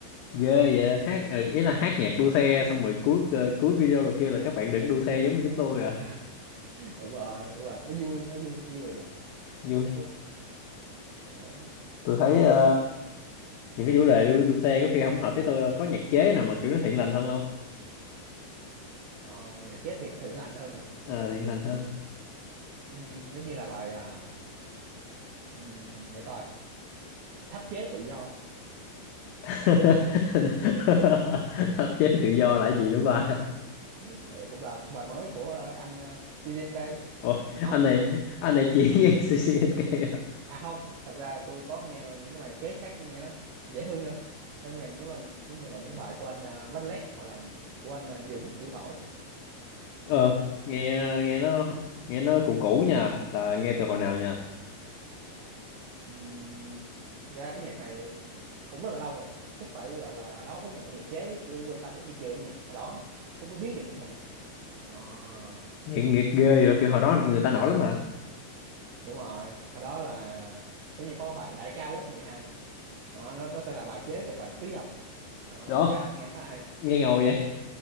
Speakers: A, on the left (about 70°); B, on the right (about 75°).
A: ghê vậy hát ờ, ý là hát nhạc đua xe xong rồi cuối ờ, cuối video là kia là các bạn đừng đua xe giống như chúng tôi à
B: <laughs> đúng rồi đúng rồi nó vui nó vui nó vui là được
A: vui
B: Phúc. đó.
A: tôi thấy ờ, những cái chủ đề đua, đua xe có khi không hợp với tôi đâu có nhạc chế nào mà kiểu nó thiện lành hơn không
B: Ờ, nhạc chế thiện thượng lành hơn à
A: Ờ, thiện lành hơn
B: ừ, giống như là bài à, ừ, để coi tháp chế tự do
A: <laughs> pháp chế tự do là cái gì nữa ba
B: Thì cũng là bài mới của ờ, anh uh, DJMK
A: Ủa,
B: không
A: anh này anh này chỉ nghe <laughs> CCNK à?
B: à không thật ra tôi có nghe những cái bài nhạc jazz khác nó nghe nó dễ thương hơn giống như là giống như là, giống như là những bài của anh uh, Văn Lét hoặc là của anh ờ, Dũng Củ Tỏi
A: ờ nghe nghe nó nghe nó cũ cũ nha là nghe từ hồi nào nha
B: Ừm, thật ra cái nhạc này cũng rất là lâu rồi Phúc phải gọi là đó Phúc mà nghe nhạc chế chứ quan tâm đến thị trường âm nhạc hồi đó Phúc mới biết được những bài nhạc này đó,
A: nghe, nghe ghê vậy kiểu hồi đó người ta nổi lắm hả
B: đúng rồi hồi đó là giống như có cái bài Đại ca lớp 12 đó, nó, nó sẽ là bài chế tại bài túy âm đó,
A: Được.
B: khá là nghe khá là hay
A: nghe ngồi vậy